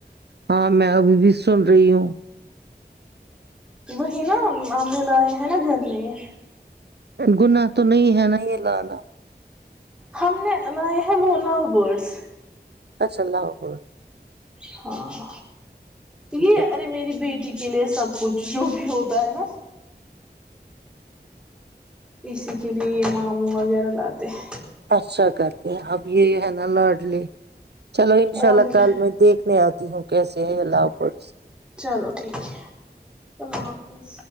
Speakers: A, on the right; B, in the centre.
A: ہاں میں ابھی بھی سن رہی ہوں
B: وہی نا ہم نے لائے ہیں نا گھر میں یہ
A: گناہ تو نہیں ہے نا یہ لانا
B: ہم نے لائے ہیں لال گوشت
A: اچھا اللہ عب
B: ہاں یہ
A: ہے ٹھیک
B: ارے میری بیٹی کے لیے سب کچھ جو بھی ہوتا ہے نا اسی کے لیے یہ ماموں وغیرہ لاتے ہیں
A: اچھا کرتے اب یہ ہے نا لارڈلی چلو انشاء
B: اور
A: اللہ
B: کیا
A: کل میں دیکھنے آتا ہ جوں کیسے ہے اللہ آفرظ
B: چلو ٹھیک ہے اللہ حافظ